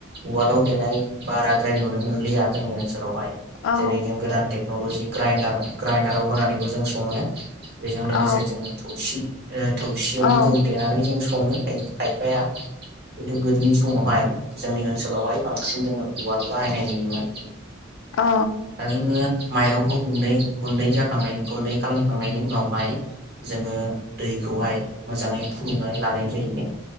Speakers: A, on the right; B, on the left.
A: उवालाव देनाय बाराद्राय नुनो मोनलिया जोंनि ओनस लावहाय
B: औ
A: जेरै जों गोदान टेक्न'लजि ग्राइनडार ग्राइनडाराव होनानैबो जों सङो बेजों लोगोसे
B: औ
A: जोङो थौसि थौसियावबो
B: नंगौ
A: जों देनानै जों स सङो खाय-खाफाया खिन्थु गोदोनि समावहाय जोंनि ओनसोलावहाय बांसिन जोङो उवाल बाहायनाय नुयोमोन
B: औ औ
A: दा जोङो माइरंखौ गुन्दै गुन्दै जाखांनायनि गुन्दै खालामखांनायनि उनावहाय जोङो दैखौहाय मोजाङै फुदुंनानै लानाय जायो